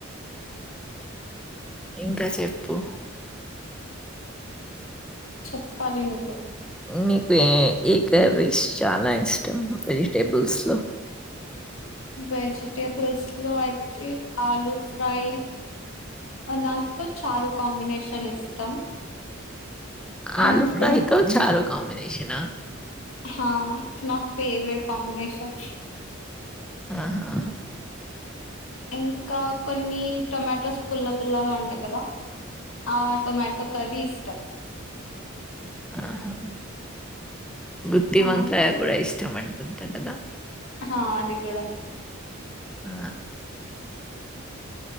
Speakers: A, in the centre; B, on the left.
A: ఇంక చెప్పు
B: చెప్పాలి నువ్వే
A: మీకు ఏ కర్రీస్ చాలా ఇష్టం వెజిటేబుల్స్ లో
B: వెజిటేబుల్స్ లో అయితే ఆలూ ఫ్రై దాంతో చారు కాంబినేషన్ ఇష్టం
A: ఆలు
B: అండ్
A: ఫ్రై తో చారు కాంబినేషనా
B: హా న ఫేవ్రెట్ కాంబినేషన్
A: అహా
B: ఇంకా కొన్ని టమాటోస్ పుల్ల పుల్లాగా ఉంటయ్ కదా ఆ టొమాటో కర్రీస్టం
A: ఆహా గుత్తి
B: ఆ
A: వంకాయ కూడా ఇష్టం అనుకుంట కదా
B: హా అది కుడా
A: ఆ